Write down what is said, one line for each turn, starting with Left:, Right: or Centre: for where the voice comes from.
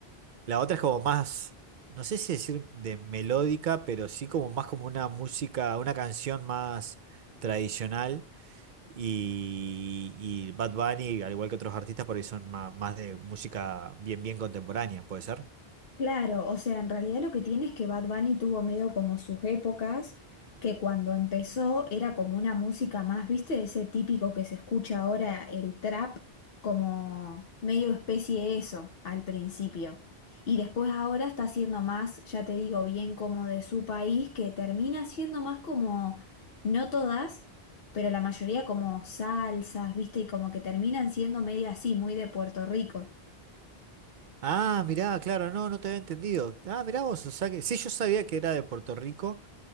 Right: La otra es como más, no sé si decir de melódica, pero sí como más como una música, una canción más tradicional. Y, y Bad Bunny, al igual que otros artistas, por ahí son más, más de música bien, bien contemporánea, ¿puede ser?
Left: Claro, o sea, en realidad lo que tiene es que Bad Bunny tuvo medio como sus épocas, que cuando empezó era como una música más, ¿viste? Ese típico que se escucha ahora, el trap, como medio especie de eso al principio. Y después ahora está siendo más, ya te digo, bien como de su país, que termina siendo más como, no todas, pero la mayoría como salsas, ¿viste? Y como que terminan siendo medio así, muy de Puerto Rico.
Right: Ah, mirá, claro, no, no te había entendido. Ah, mirá vos, o sea que sí, yo sabía que era de Puerto Rico.